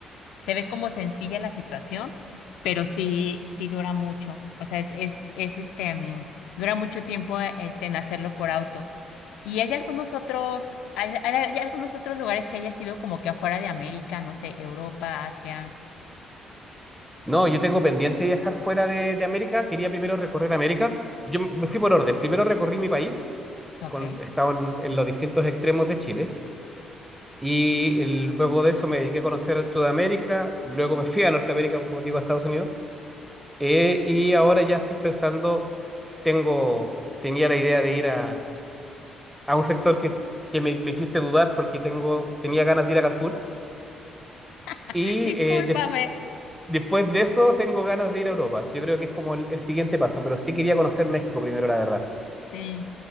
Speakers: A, on the left; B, in the centre.
A: se ve como sencilla la situación, pero sí, sí dura mucho. O sea, es, es, es este, mm, dura mucho tiempo, este, en hacerlo por auto. ¿Y hay algunos otros, hay, hay- hay algunos otros lugares que haya sido como que afuera de América, no sé, Europa, Asia?
B: No, yo tengo pendiente viajar fuera de, de América. Quería primero recorrer América. Yo me fui por orden. Primero recorrí mi país,
A: Ok.
B: con, he estado en, en los distintos extremos de Chile. Y el- luego de eso me dediqué a conocer Sudamérica. Luego me fui a Norteamérica, como te digo, a Estados Unidos. eh, y ahora ya estoy pensando, tengo, tenía la idea de ir a, a un sector que, que me, me hiciste dudar porque tengo, tenía ganas de ir a Cancún.
A: <laughs>
B: Y
A: Discúlpame.
B: eh, despu- Después de eso, tengo ganas de ir a Europa. Yo creo que es como el, el siguiente paso, pero sí quería conocer México primero, la verdad.
A: Sí.